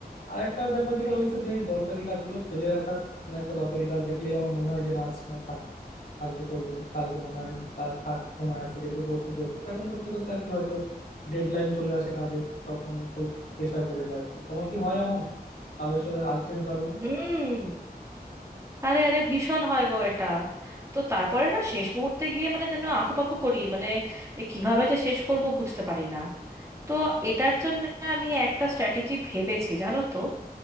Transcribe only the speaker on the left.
আর একটা ব্যাপার যেটা হয়েছে যে এই দরকারি কাজগুলো ফেলে রাখার কোনো একটা দরকারি কাজ দেখলেই আমার মনে হয় যে না আজকে না থাক কালকে করব কালকে মনে হয় তা থাক সময় আছে যেহেতু পরশু করবো এরকম করতে করতে আর কি হয়তো ডেডলাইন চলে আসে কাজের তখন খুব প্রেসার পড়ে যায় আর কি তোমার কি হয় এমন আলস্যতার আলসেমির কারণে